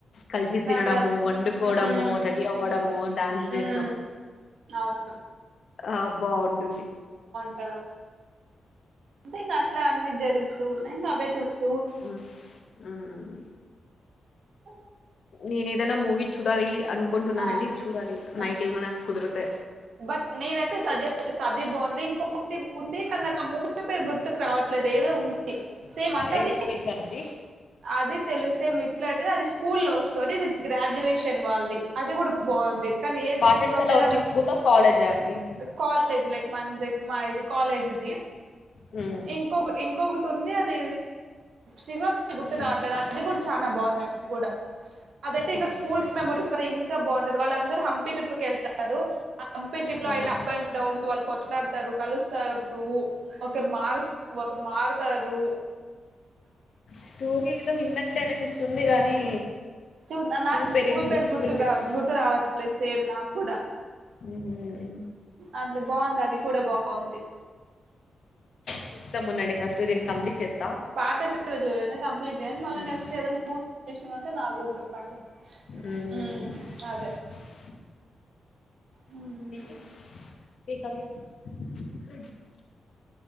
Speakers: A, on the left; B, on the right.
A: కలిసి
B: దాంట్లో
A: తినడము వండుకోవడము
B: మ్మ్
A: రెడీ అవ్వడము డాన్సులు
B: మ్మ్
A: చేస్తు
B: అవును
A: ఆ బాగుంటుంది
B: అంటే ఇంకా అట్లా అన్ని జరుగుతూ ఉన్నాయి ఇంకా అవే చూస్త
A: ఉమ్ ఉమ్
B: ఓ
A: నేను ఏదైనా మూవీ చూడాలి అనుకుంటున్నానండి
B: ఆ
A: చూడాలి
B: ఆ
A: నైట్ ఏమైనా కుదిరతే
B: బట్ ననయితే సజెస్ట్ చేస్తా బాగుంది ఇంకో ఉంది కానీ మూవీ పేరు గుర్తుకు రావట్లేదు ఏదో ఉంది సేమ్ అంటే అది
A: ఎవరు తీశారండి?
B: అది తెలుగు సేమ్ ఇట్లాంటేది అది స్కూల్ లవ్ స్టోరీ ఇది గ్రాడ్యుయేషన్ వాళ్ళది అది కూడా బాగుంది కానీ ఏద
A: పాఠశాల
B: సినిమా పేరనా
A: వచ్చి స్కూలా? కాలేజా అండి?
B: కాలేజ్ లక్ మంది మా ఇది కాలేజ్ది
A: ఆ
B: ఇంకొకటి ఇంకొకటి ఉంది అది సినిమా పేరు గుర్తు రావట్లేదు
A: హ్మ్.
B: అది కూడా చాలనా బాగుంది అది కూడా అదయితే ఇంకా
A: ఓకే.
B: School
A: okay.
B: మెమోరీస్ కద ఇంకా బాగుంటది వాళ్ళ అందరూ హంపి ట్రిప్ కి వెళ్తారు ఆ హంపి ట్రిప్ లో
A: ఆహా!
B: ఆయన అప్ అండ్ డౌన్స్ వాళ్ళు కొట్లాడతారు కలుస్తారు ఒకరు మ ప్పుడు మారతరూ
A: స్టోరీ ఏదో విన్నట్లే అనిపిస్తుంది గానీ
B: చూద్దాం నాకు మూవీ
A: పేరేం
B: పేరు
A: గుర్తులేదు.
B: గుర్తుకు రా గుర్తు రావట్లే సేమ్ నాకు కూడా
A: హ్మ్.
B: అందులా బాగుంది అది కూడా బాగుంది
A: చూస్తాం ఉందండి ఫస్ట్ దీన్ని కంప్లీట్ చేస్తా.
B: పాఠశాల చూడండి కంప్లీట్ చేయండి మళ్ళ
A: హ్మ్.
B: నెక్స్ట్ ఏధన మూవీ ఉంటే నాకు కూడా చెప్పండి
A: ఉ
B: హ్మ్ అదే. హ్మ్.
A: <inaudible>